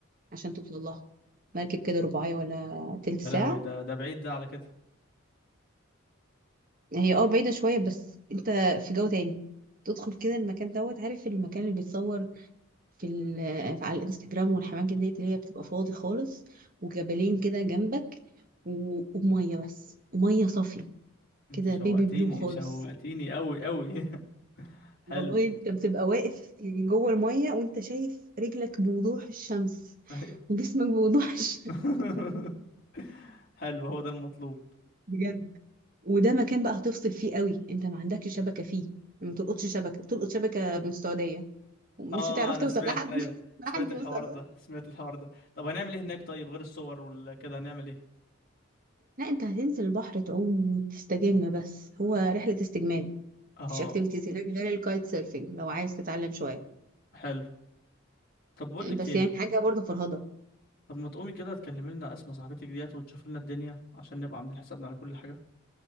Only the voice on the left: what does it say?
يا لهوي ده ده بعيد ده على كده
انت
شوقتيني
شوقتيني قوي قوي <laughs>
حلو
ايوه
<laughs> حلو هو ده المطلوب
اه
آه، انا
سمعت
ايوه
سمعت
الحوار
ده سمعت الحوار ده طب هنعمل ايه هناك طيب غير الصور وكده هنعمل ايه
اه
حلو طب بقول لك
ايه
طب ما تقومي كده تكلمي لنا اسماء صاحبتك ديت وتشوفي لنا الدنيا عشان نبقى عاملين حسابنا على كل حاجة